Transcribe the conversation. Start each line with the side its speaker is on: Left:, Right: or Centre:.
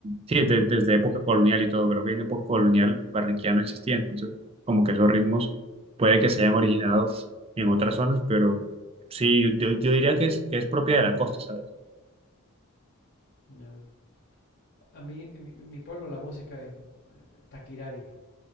Right: sí, de- desde época colonial y todo. Creo que en época colonial Barranquilla no existía, entonces
Left: Mm,
Right: como que esos ritmos puede que se hayan originado en otras zonas, pero sí, yo, yo diría que es, que es propia de la costa, ¿sabes?
Left: ya. A mí, en mi, en mi pueblo la música es eh, taquirari,